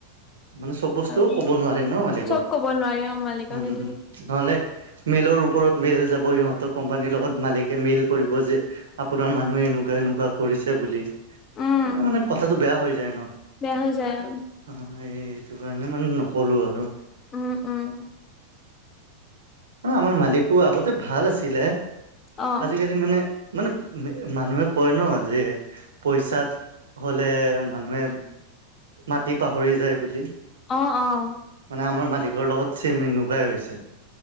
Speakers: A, on the right; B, on the left.
A: মানে চব বস্তুও
B: আৰু
A: কব নোৱাৰে ন মালিকৰ
B: চব কব নোৱাৰি অ মালিকক
A: উম
B: সেইটোৱে
A: নহ'লে মেইলৰ ওপৰত মেইল যাব ইহঁতৰ কোম্পানীৰ লগত মালিকে মেইল। কৰিব যে আপোনাৰ মানুহে এনেকোৱা এনেকোৱা কৰিছে বুলি।
B: উম
A: তেতিয়া মানে কথাটো বেয়া হৈ যায় ন'
B: বেয়া হৈ যায়
A: অ' এইটো কাৰণে মানে নকলো আৰু
B: উম -উম
A: আমাৰ মালিকো আগতে ভাল আছিলে।
B: অ
A: আজিকালি মানে মানে মানুহে কয় ন যে পইচাত। হ'লে মানুহে মাটি পাহৰি যায় বুলি।
B: অ' অ'
A: মানে আমাৰ মালিকৰ লগত চেম এনেকোৱাই হৈছে।